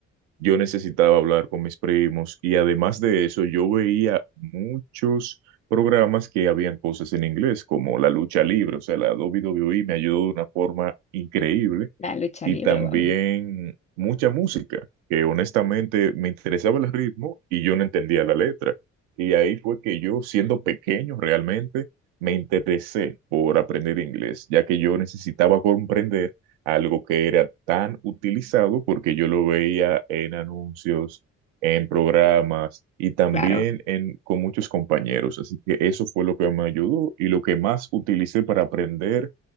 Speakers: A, on the right; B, on the left.
A: yo necesitaba hablar con mis primos y además de eso yo veía muchos programas que habían cosas en inglés, como la lucha libre, o sea, la WWE me ayudó de una forma increíble
B: La lucha
A: y
B: libre,
A: también
B: wow.
A: mucha música, que honestamente me interesaba el ritmo y yo no entendía la letra. Y ahí fue que yo, siendo pequeño realmente, me interesé por aprender inglés, ya que yo necesitaba comprender algo que era tan utilizado porque yo lo veía en anuncios, en programas y también
B: Claro.
A: en, con muchos compañeros. Así que eso fue lo que me ayudó y lo que más utilicé para aprender